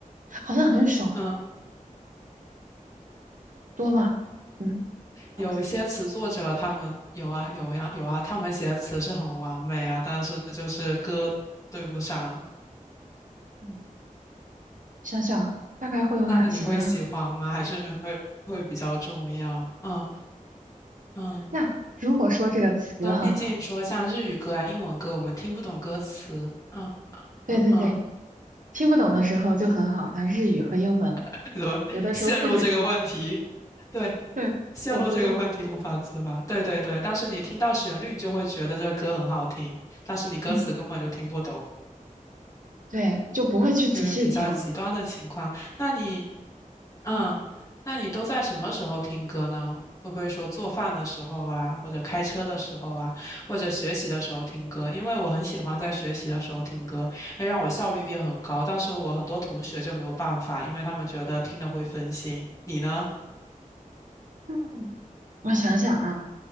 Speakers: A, on the right; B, on the left.
A: 好像很少
B: 嗯，
A: 多吗？嗯，那我想想，
B: 有一些词作者他们有啊有呀有啊，他们写的词是很完美啊，但是就是歌对不上。
A: 嗯，想想啊大概会有哪些呢？
B: 那你会喜欢吗？还是会会比较重要？嗯嗯。
A: 那如果说这个词很好，
B: 那毕竟说像日语歌啊、英文歌，我们听不懂歌词。嗯
A: 对对对，
B: 嗯嗯，
A: 听不懂的时候就很好，像日语和英文，
B: <laughs> 怎么陷入这个问题？
A: 啊、有的时候不仔细，
B: 对，
A: 对，
B: 陷入这个问题无法自拔。
A: 我我就。
B: 对对对，但是你听到旋律，你就会觉得这个歌很好听，但是你歌词根本就听不懂。
A: 嗯。对，就不会去仔细听。
B: 就是比较极端的情况。那你，嗯，
A: 嗯，
B: 那你都在什么时候听歌呢？会不会说做饭的时候啊，或者开车的时候啊，或者学习的时候听歌？因为我很喜欢在学习的时候听歌，会让我效率变很高。但是我很多同学就没有办法，因为他们觉得听了会分心。你呢？
A: 嗯，我想想啊，